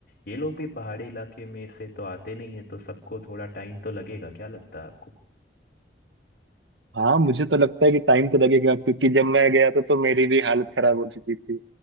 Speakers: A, on the left (about 60°); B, on the right (about 85°).
A: ये लोग भी पहाड़ी इलाके में से तो आते नहीं है तो सबको थोड़ा टाइम तो लगेगा क्या लगता है आपको
B: हाँ मुझे तो लगता है कि टाइम तो लगेगा क्योंकि जब मैं गया था तो मेरी भी हालत खराब हो चुकी थी